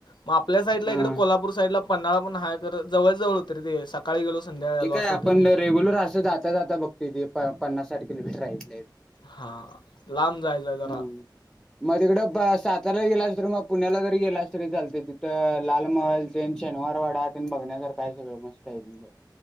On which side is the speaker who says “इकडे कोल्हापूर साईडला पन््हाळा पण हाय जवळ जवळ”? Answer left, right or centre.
Left